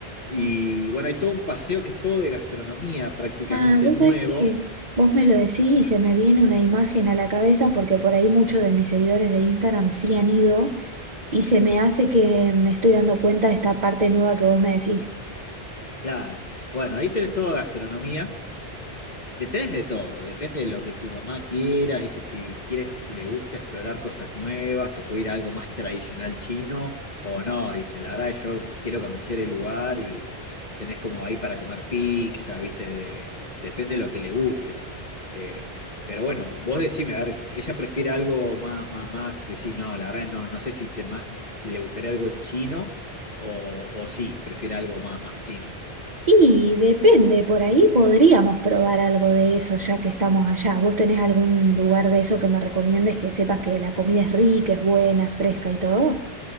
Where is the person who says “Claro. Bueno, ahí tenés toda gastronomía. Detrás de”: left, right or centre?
Left